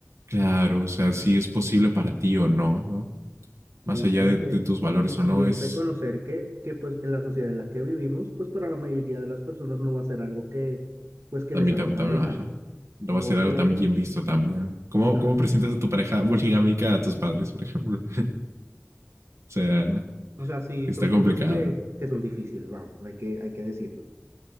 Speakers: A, on the right; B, on the right.
A: claro, o sea, si es posible para ti o no, ¿no?
B: Sí,
A: Más allá
B: porque,
A: de, de tus valores
B: y también
A: o no, es
B: reconocer que, que pues en la sociedad en la que vivimos, pues para la mayoría de las personas no va a ser algo que, pues que
A: también,
B: les atraigan,
A: también baja. No
B: no
A: va a ser
B: No va a
A: algo
B: ser
A: tan
B: algo,
A: bien visto también. ¿Cómo,
B: exacto.
A: cómo presentas a tu pareja <laughs> poligámica a tus padres, por ejemplo? O sea,
B: O sea, sí,
A: está
B: son
A: complicado.
B: cosas que, que son difíciles, vamos, hay que, hay que decirlo.